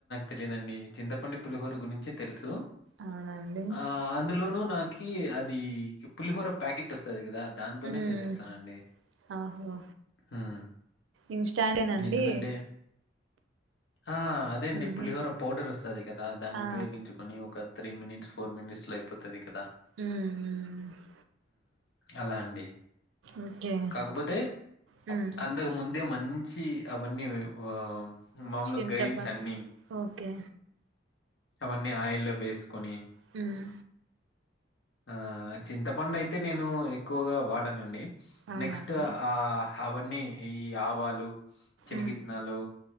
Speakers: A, on the left (about 65°); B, on the right (about 80°).
A: తెలిదండి చింతపండి పులిహోర గురించి తెలుసు
B: అవునండి
A: ఆ అందులోనుూ నాకు అది పులిహోర ప్యాకెట్ వస్తుంది కదా దాంతోనే
B: ఉమ్
A: చేసేస్తానండి
B: ఆహో
A: హ్మ్
B: ఇన్స్టాంటేనండి
A: ఎందుకంటే ఆ అదే అండి
B: ఉహు
A: పులిహోర పౌడర్ వస్తుంది కదా దాన్ని
B: ఆ
A: ఉపయోగించుకొని ఒక త్రీ మినిట్స్ ఫోర్ మినిట్స్ లో అయిపోతుది కదా
B: ఉమ్ ఉమ్
A: అలా అండి
B: ఓకే
A: కాకపోతే
B: హ్మ్
A: అంతకు ముందే మంచి అవన్నీ ఓ మాములు
B: చింతపండు
A: గ్రెయిన్స్ అన్ని
B: ఓకే
A: అవన్నీ ఆయిల్లో వేసుకొని
B: హ్మ్
A: ఆ చింతపండు అయితే నేను ఎక్కువగా వాడానండి
B: అవునండి
A: నెక్స్ట్ ఆ అవన్నీ ఈ ఆవాలు చనగిత్తనాలు
B: ఉమ్